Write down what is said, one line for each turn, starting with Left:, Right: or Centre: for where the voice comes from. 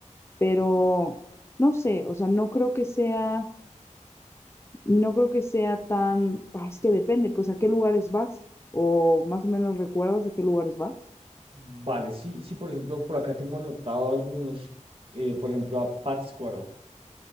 Left: pero no sé, o sea, no creo que sea, no creo que sea tan, ah, es que depende, pues a qué lugares vas o más o menos recuerdas a qué lugares vas.
Right: Vale, sí, sí, por ejemplo, por acá tengo anotado algunos, eh, por ejemplo, a Pátzcuaro.